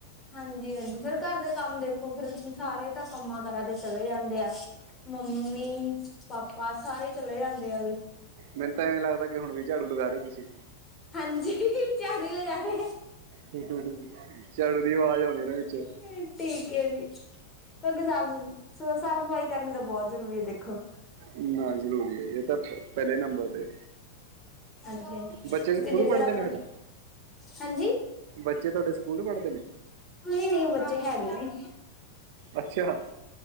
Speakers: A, on the left; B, on the right.
A: ਹਾਂਜੀ- ਹਾਂਜੀ ਫਰ ਘਰ ਦੇ ਕੰਮ ਦੇਖੋ ਫੇਰ ਸਾਰੇ ਤਾਂ ਕੰਮਾਂ ਕਰਾਂ ਦੇ ਚਲੇ ਜਾਂਦੇ ਆ। ਮੰਮੀ ਪਾਪਾ ਸਾਰੇ ਚਲੇ ਜਾਂਦੇ ਹੈਗੇ।
B: ਮੈਨੂੰ ਤਾਂ ਐਵੇਂ ਲੱਗਦਾ ਕਿ ਹੁਣ ਵੀ ਝਾੜੂ ਲਗਾ ਰਹੇ ਤੁਸੀਂ
A: ਹਾਂਜੀ ਝਾੜੂ ਲਗਾ ਰਹੇ।
B: ੜਦੀ ਆਵਾਜ਼ ਆਉਂਦੀ ਇਹਨਾਂ ਵਿੱਚ
A: ਠੀਕ ਹੈ ਜੀ ਕਿਉਂ ਸਾਫ਼ -ਸਾਫ਼ ਸਫ਼ਾਈ ਕਰਨੀ ਤਾਂ ਬਹੁਤ ਜ਼ਰੂਰੀ ਹੈ ਦੇਖੋ।
B: ਨਾ ਜ਼ਰੂਰੀ ਹੈ ਇਹ ਪਹਿਲੇ ਨੰਬਰ ਤੇ
A: ਹਾਂਜੀ ਹਾਂਜੀ ਕਿਉਂਕਿ
B: ਬੱਚੇ ਸਕੂਲ
A: ਜੇਕਰ
B: ਪੜ੍ਹਦੇ
A: ਆਪਣਾ
B: ਨੇ ਸਾਡਾ
A: ਹਾਂਜੀ
B: ਬੱਚੇ ਤੁਹਾਡੇ ਸਕੂਲ ਪੜ੍ਹਦੇ ਨੇ
A: ਨਹੀਂ- ਨਹੀਂ ਬੱਚੇ ਹੈਗੇ ਨੀ।
B: ਅੱਛਾ